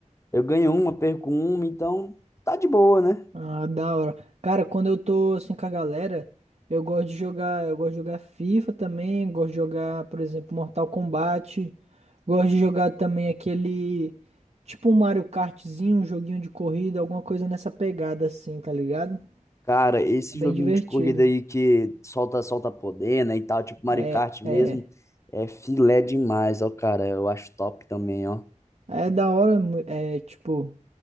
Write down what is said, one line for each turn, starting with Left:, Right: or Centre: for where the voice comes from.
Left: Eu ganho uma, perco uma, então tá de boa, né?
Right: Ah, da hora. Cara, quando eu tô assim com a galera, eu gosto de jogar, eu gosto de jogar FIFA também, gosto de jogar, por exemplo, Mortal Kombat, gosto de jogar também aquele tipo um Mario Kartzinho, um joguinho de corrida, alguma coisa nessa pegada assim, tá ligado?
Left: Cara, esse
Right: É bem
Left: joguinho
Right: divertido.
Left: de corrida aí que solta, solta poder, né, e tal, tipo Mario
Right: É,
Left: Kart mesmo,
Right: é,
Left: é filé demais, ó, cara, eu acho top também, ó.
Right: é da hora, mu- é tipo